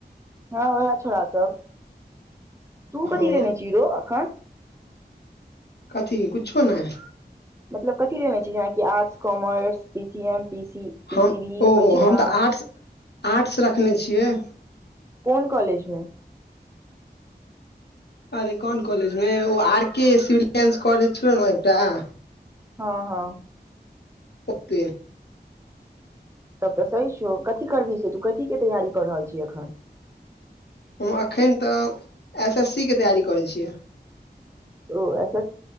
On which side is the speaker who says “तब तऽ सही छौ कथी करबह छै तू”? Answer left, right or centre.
Right